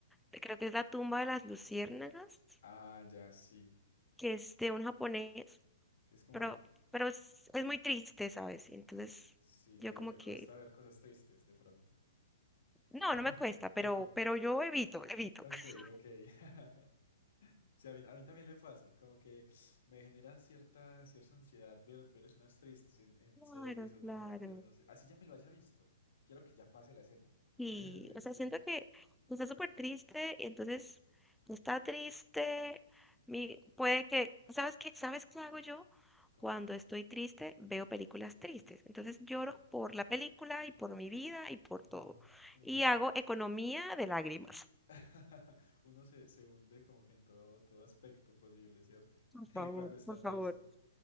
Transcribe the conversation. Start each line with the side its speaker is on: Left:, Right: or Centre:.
Centre: creo que es La tumba de las luciérnagas,
Left: Ah, ya, sí.
Centre: que es de un japonés,
Left: Es como,
Centre: pero, pero es, es muy triste, ¿sabes? Entonces,
Left: sí,
Centre: yo
Left: te,
Centre: como
Left: te
Centre: que,
Left: cuesta ver cosas tristes de pronto.
Centre: no,
Left: <laughs>
Centre: no me cuesta, pero,
Left: Ok,
Centre: pero yo evito, evito.
Left: ok,
Centre: <laughs>
Left: ok. <laughs> Sí, a mí, a mí también me pasa, como que me generan cierta, cierta ansiedad ver, ver escenas tristes en, en
Centre: Claro,
Left: series o
Centre: claro.
Left: nada, entonces no sé. Así ya me lo haya visto. Quiero que ya pase la escena <laughs>
Centre: Y,
Left: de, de tristeza.
Centre: o sea, siento que pues, está súper triste y entonces está triste. Mi, puede que, ¿sabes qué? ¿Sabes qué hago yo?
Left: Contame.
Centre: Cuando estoy triste, veo películas tristes. Entonces lloro
Left: Sí.
Centre: por la película y por mi vida y por
Left: No,
Centre: todo.
Left: uno
Centre: Y
Left: es
Centre: hago
Left: como que
Centre: economía
Left: se...
Centre: de lágrimas.
Left: <laughs> uno se, se hunde como que en todo, todo aspecto posible, ¿cierto?
Centre: Por
Left: <laughs>
Centre: favor,
Left: Cuando está
Centre: por
Left: triste.
Centre: favor.